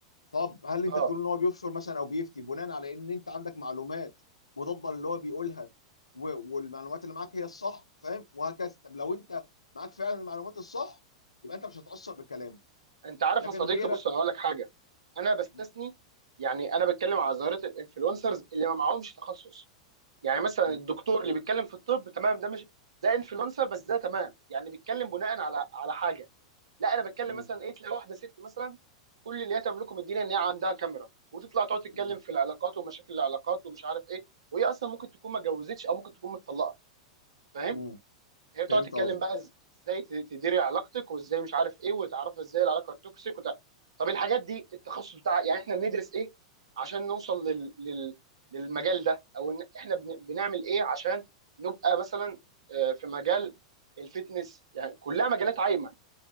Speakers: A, on the left (about 85°); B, on the right (about 70°).
A: طب هل انت
B: اه
A: بتقول ان هو بيفشر مثلا او بيفتي بناء على ان انت عندك معلومات مضاده للي هو بيقولها و- والمعلومات اللي معاك هي الصح فاهم وهكذا طب لو انت معاك فعلا المعلومات الصح يبقى انت مش هتأثر بكلامه
B: انت عارف
A: لكن
B: يا صديقي
A: غيرك
B: بص انا هقول لك حاجه انا بستثني
A: م-
B: يعني انا بتكلم على ظاهره الانفلونسرز اللي ما معهمش تخصص يعني مثلا
A: م-
B: الدكتور اللي بيتكلم في الطب تمام ده مش ده انفلونسر بس ده تمام يعني بيتكلم بناء على على حاجه لا انا بتكلم
A: م-
B: مثلا ايه تلاقي واحده ست مثلا كل اللي هي تملكه من الدنيا ان هي عندها كاميرا وتطلع تقعد تتكلم
A: م-
B: في العلاقات ومشاكل العلاقات ومش عارف ايه وهي اصلا ممكن تكون ما اتجوزتش او ممكن تكون متطلقه فاهم
A: م.
B: هي بتقعد
A: فهمت
B: تتكلم
A: قصدك
B: بقى إز- ازاي ت- تديري علاقتك وازاي مش عارف ايه وتعرفي ازاي العلاقه التوكسيك وت... طب الحاجات دي التخصص بتاع يعني احنا بندرس ايه عشان نوصل لل... لل... للمجال ده او ان احنا بن... بنعمل ايه عشان نبقى مثلا آه، في مجال الفتنس يعني كلها مجالات عايمه